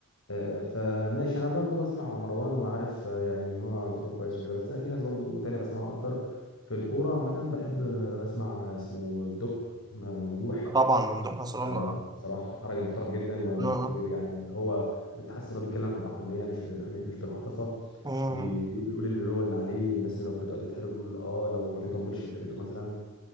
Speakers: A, on the left; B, on the right.
A: آه، فماشي انا برضو بسمع مروان وعارف آه، يعني ان هو يوتيوبر كويس وكده بس أنا في ناس برضو تانية بسمعها اكتر في الكورة عامة بحب آه، بسمع اسمه دوك ممدوح
B: طبعا ممدوح نصر الله
A: آه بصراحة راجل محترم جدا وما
B: اه اه
A: بيط... يعني اللي هو بتحس ان هو بيتكلم بعقلانية مش ب... بح- مش بالعاطفة
B: مم.
A: بي... بي- بيقول اللي هو اللي عليه اللي مثلا لو فرقته أدت حلو بيقول اه لو ما بيطبلش لفرقته مثلا